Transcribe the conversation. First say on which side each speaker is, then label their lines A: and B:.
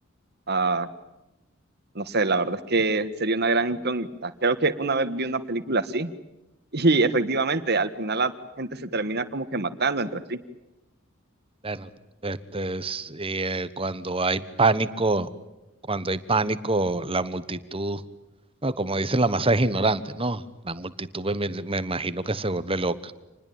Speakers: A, on the right (about 55°); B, on the right (about 25°).
A: ah, no sé, la verdad es que sería una gran incógnita. Creo que una vez vi una película así <laughs> y efectivamente al final la gente se termina como que matando entre sí.
B: bueno, este, es, eh, cuando hay pánico, cuando hay pánico, la multitud, bueno, como dice la masa es ignorante, ¿no? La multitud me, me- me imagino que se vuelve loca.